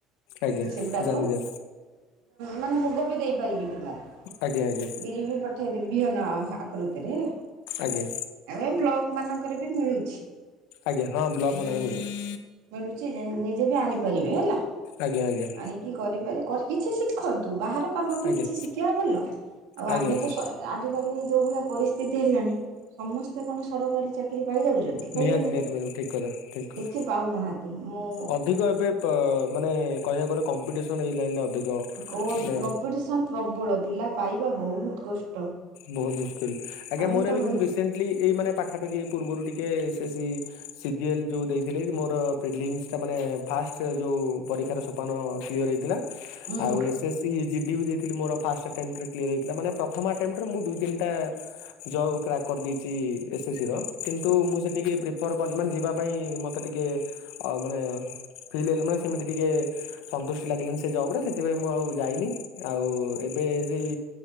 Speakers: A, on the left; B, on the right.
A: ଆଜ୍ଞା
B: ସେଗୁଡ଼ାକ
A: ଡାଲି ଜା
B: ମାନେ ମୁଗ ବି ଦେଇପାରିବି ତୁମର
A: ଆଜ୍ଞା ଆଜ୍ଞା
B: ବିରି ବି ପ ପଠେଇଦେବି ବିହନ ଆକୃତିରେ ହେଲା।
A: ଆଜ୍ଞା।
B: ଏବେ ବ୍ଲକ ମାନଙ୍କରେ ବି ମିଳୁଛି।
A: ଆଜ୍ଞା ହଁ ବ୍ଲକ ମାନଙ୍କରେ ମିଳୁଛି।
B: ମିଳୁଛି ନିଜେ ବି ଆଣିପାରିବେ ହେଲା।
A: ଆଜ୍ଞ ଆଜ୍ଞା।
B: ଆଣି କରିପାର କିଛି ଶିଖନ୍ତୁ ବାହାର କାମ ବି
A: ଆଜ୍ଞା
B: କିଛି ଶିଖିବା ଭଲ ଆଉ ଆମେ
A: ଆଜ୍ଞା ଆଜ୍ଞା
B: ତ ସ୍ଵୟା ଆଜିକାଲି ଯୋଉ ଭଳିଆ ପରିସ୍ଥିତି ହେଲାଣି ସମସ୍ତେ କଣ ସରକାରୀ ଚାକି ଚାକିରି ପାଇଯାଉଛନ୍ତି କହିଲେ
A: ନିହାତି
B: ମତେ
A: ନିହାତି ମ୍ୟାଡ଼ାମ ଠିକ କଥା ଠିକ କଥା।
B: କିଛି ପାଉନାହାନ୍ତି ମୁଁ
A: ଅଧିକ ଏବେ ମାନେ କହିବାକୁ ଗଲେ କମ୍ପିଟିସନ ଏଇ ଲାଇନ ରେ ଅଧିକ।
B: କମ୍ପିଟିସନ
A: ମାନେ
B: ପ୍ରବଳ ପିଲା ପାଇବା ବହୁତ କଷ୍ଟ।
A: ବହୁତ ମୁସ୍କିଲି ଆଜ୍ଞା
B: ଆମେ
A: ମୋର
B: ତ
A: ଏବେ
B: ହଇ
A: କିନ୍ତୁ ରିସ ରିସେଣ୍ଟଲି ଏଇ ମାନେ ପାଖାପାଖି ପୂର୍ବରୁ ଟିକେ ସେ ସେଇ ସିଗିଏଲ ଯୋଉ ଦେଇଥିଲେ କି ମୋର ପିଗଲିମ୍ସଟା ମାନେ ଫାଷ୍ଟ ଯୋଉ ପରୀକ୍ଷାର ସୋପାନ କ୍ଲିୟର ହେଇଥିଲା।
B: ହୁଁ
A: ଆଉ ଏସେ ସି ଇ ଜି ଟି ବି ଦେଇଥିଲି ମୋର ଫାଷ୍ଟ ଆଟେମଣ୍ଟେରେ କ୍ଲିଅର ହେଇଥିଲା। ମାନେ ପ୍ର ପ୍ରଥମ ଆଟେମ୍ଟରେ ମୁଁ ଦୁଇ ତିନିଟା ଜବ୍ କ୍ରାକ୍ କରିଦେଇଛି ଏସେ ସିର। କିନ୍ତୁ ମୁଁ ସେଟିକି ପ୍ରିଫର୍ ମାନେ ଯିବା ପାଇଁ ମୋତେ ଟିକେ ଅ ମାନେ ଫିଲ୍ ହେଲେ ମାନେ ସେମିତି ଟିକେ ସନ୍ତୁଷ୍ଟି ଲାଗିଲାନ ସେ ଜବରେ। ସେଥିପାଇଁ ମୁଁ ଆଉ ଯାଇନି। ଆଉ ଏବେ ସେଇ